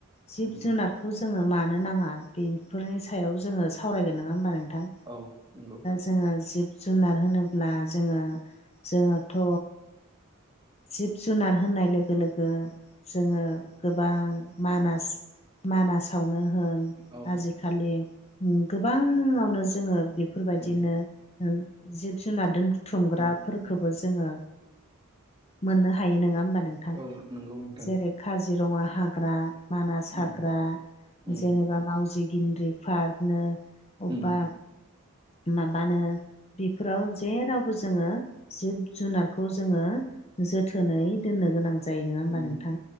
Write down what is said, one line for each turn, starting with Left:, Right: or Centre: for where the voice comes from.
Left: जिब
Right: उम
Left: जुनार खौ जोंङो मानो नांङा बेफोरनि सायाव जोंङो सावरायगोन नंङा होमबा नोंथां
Right: औ नंगौ
Left: जोंङो जिब जुनार होनोब्ला जोंङो जोंङोथ' जिब जुनार होननाय लोगो लोगो जोंङो गोबां मानास मानासावनो होन
Right: औ
Left: आजिखालि गोबांङावनो जोंङो बेफोरबायदिनो
Right: उम
Left: जिब जुनार दोनथुमग्रा
Right: उम
Left: फोरखबो जोंङो मोननो हायो नंङा होमबा नों
Right: औ नंगौ नोंथां
Left: जेरै काजिरङा हाग्रा मानास
Right: उम
Left: हाग्रा
Right: उम
Left: जेनेबा मावजि ग्रिनारि पार्कनो अबेबा
Right: उम
Left: माबानो फोराव जेरावबो जोंङो जिब जुनारखौ जोंङो जोथोनै दोननो गोनां जायो। जायो नंङा होनबा
Right: उम
Left: नोंथां